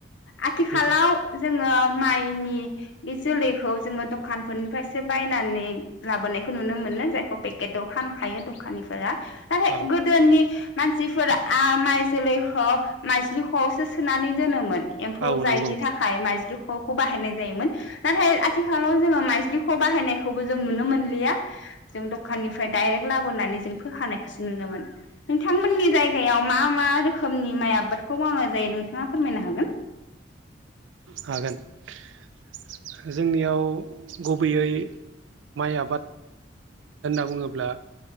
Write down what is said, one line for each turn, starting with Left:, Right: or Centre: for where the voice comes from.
Left: आथिखालाव
Right: नोंथां
Left: जों जोङो माइनि बे जोलैखौ जोङो दखानफोरनिफ्रायसो बायनानै लाबोनायखौ नुनो मोनो जायखौ पेकेटआव फानखायो दखाननिफ्राय। <inaudible> होआरे
Right: औ
Left: गोदोनि हो मानसिफोरा आ माइ जोलैखौ माइजलिखौसो सोनानै दोनोमोन। एम्फौ
Right: औ
Left: जायिनि
Right: नंगौ
Left: थाखाय माइजलिखौ खौ बाहायनाय जायोमोन हो नाथाय आथिखालाव जोङो माइजलिखौ बाहायनायखौबो जों नुनो मोनलिया जों दखाननिफ्राय डाइरेक्ट लाबोनानै जों फोखानायखौसो नुनो--मोन नोंथांमोननि जायगायाव मा मा रोखोमनि माइ आबादखौ मावनाय जायो नोंथाङा फोरमायनो हागोन।
Right: हागोन हो हो जोंनियाव गुबैयै माइ आबाद होनना बुङोब्ला